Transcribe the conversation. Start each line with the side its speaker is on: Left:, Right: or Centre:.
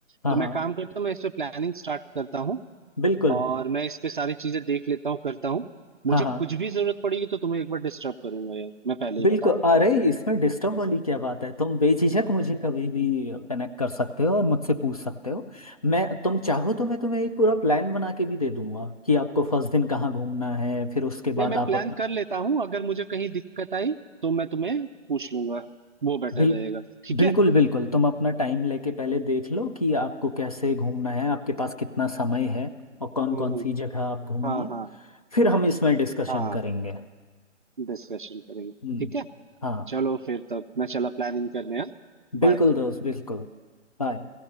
Left: हाँ
Right: तो
Left: हाँ
Right: मैं काम करता हूँ मैं इस पे प्लानिंग स्टार्ट करता हूँ
Left: बिल्कुल
Right: और मैं इस पे सारी चीजें देख लेता हूँ करता हूँ मुझे
Left: हाँ हाँ
Right: कुछ भी जरूरत पड़ेगी तो तुम्हें एक बार डिस्टर्ब करूंगा यार मैं पहले ही
Left: बिल्कुल
Right: बता देता
Left: अरे
Right: हूँ
Left: इसमें डिस्टर्ब वाली क्या बात है तुम बेझिझक मुझे कभी भी कनेक्ट कर सकते हो और मुझसे पूछ सकते हो मैं तुम चाहो तो मैं तुम्हें एक पूरा प्लान बना के भी दे दूंगा कि आपको फर्स्ट दिन कहाँ घूमना है फिर उसके
Right: नहीं
Left: बाद
Right: मैं प्लान
Left: आप अपना
Right: कर लेता हूँ अगर मुझे कहीं दिक्कत आई तो मैं तुम्हें पूछ लूंगा वो बेटर
Left: बिल
Right: रहेगा ठीक
Left: बिल्कुल
Right: है
Left: बिल्कुल तुम अपना टाइम लेके पहले देख लो कि आपको कैसे घूमना है आपके पास कितना समय है और कौन
Right: हम्म
Left: कौन
Right: हम्म,
Left: सी जगह आप घूमनी
Right: हाँ
Left: है
Right: हाँ
Left: फिर हम इसमें डिस्कशन
Right: हाँ
Left: करेंगे
Right: डिस्कशन करेंगे
Left: हम्म
Right: ठीक है
Left: हाँ
Right: चलो फिर तब मैं चला प्लानिंग करने हाँ,
Left: बिल्कुल
Right: बाय
Left: दोस्त बिल्कुल बाय